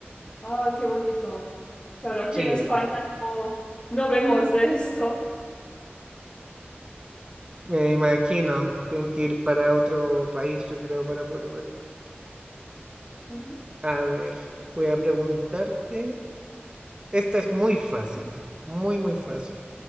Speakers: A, on the left (about 25°); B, on the right (about 25°).
A: Ah, qué bonito. Claro, aquí
B: Sí,
A: en España no, no vemos de esto.
B: me imagino, tienen que ir para otro país, yo creo, para poder ver.
A: Ujú.
B: A ver, voy a preguntarte. Esta es muy fácil, muy, muy fácil.